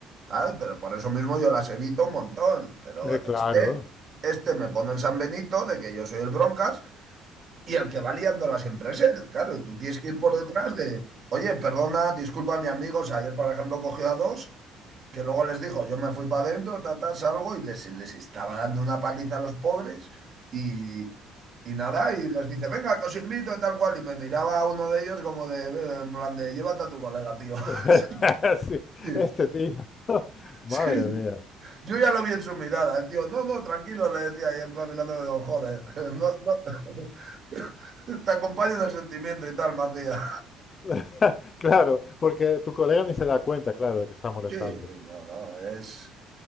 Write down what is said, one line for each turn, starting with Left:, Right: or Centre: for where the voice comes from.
Right: ¿sabes? Pero por eso mismo yo las evito un montón. Pero
Left: Eh, claro.
Right: este, este me pone el San Benito de que yo soy el broncas y el que va liándola siempre es él, claro. Y tú tienes que ir por detrás de, oye, perdona, disculpa mi amigo, o sea, ayer por ejemplo cogió a dos que luego les dijo, yo me fui para adentro, ta, ta, salgo y les, les estaba dando una paliza a los pobres y, y nada, y les dice, venga, que os invito, tal cual, y me miraba a uno de ellos como de, "Eh, en plan de, llévate a tu colega, tío.
Left: <laughs>
Right: <laughs>
Left: Sí,
Right: Sí,
Left: este tío. <laughs> Madre
Right: sí, sí.
Left: mía.
Right: Yo ya lo vi en su mirada, el tío, no, no, tranquilo, le decía, y en plan mirándome, digo, joder, <laughs> no, no, <laughs> te acompaño en el sentimiento y tal, me hacía.
Left: <laughs> Claro, porque tu colega ni se da cuenta, claro, de que está molestando.
Right: Sí, no, no, es,